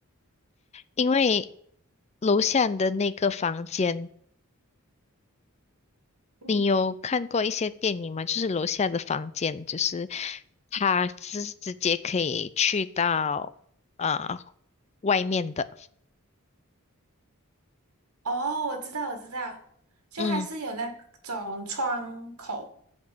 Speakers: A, on the left; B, on the right.
A: 因为楼下的那个房间，
B: 嗯，
A: 你有看过一些电影吗？就是楼下的房间，就是他直直接可以去到啊、呃外面的，
B: 哦，我知道，我知道，就还是有那种窗口
A: 嗯，